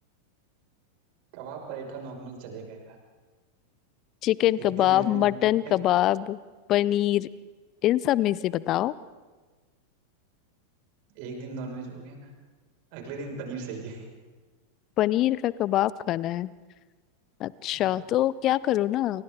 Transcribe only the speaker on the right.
कबाब पराठा नॉर्मल चलेगा यार
इतनी
मेहनत नहीं
होगी ना
एक दिन नॉनवेज हो गया ना अगले दिन पनीर सही है
हाँ